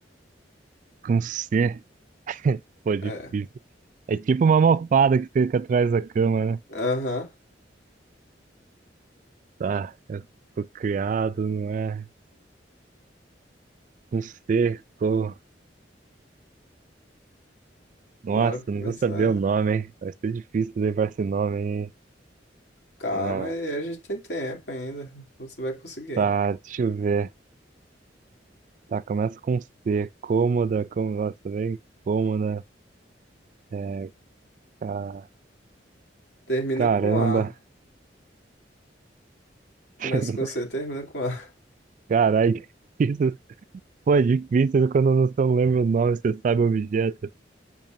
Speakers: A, on the right; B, on the left.
A: um C. Pô, difícil.
B: É.
A: É tipo uma almofada que fica atrás da cama, né?
B: Aham.
A: Tá, eu fui criado, não é? Um cerco. Nossa,
B: Bora começar.
A: não vou saber o nome, hein? Vai ser difícil levar esse nome, hein?
B: Calma,
A: Ah,
B: aí, a gente tem tempo ainda. Você vai conseguir.
A: tá, deixa eu ver. Tá, começa com C. Cômoda, como, nossa, bem cômoda. É, ca-
B: Termina
A: caramba.
B: com A. Começa
A: <laughs>
B: com C, termina com A.
A: Caralho, isso foi difícil quando eu não só lembro o nome, você sabe o objeto.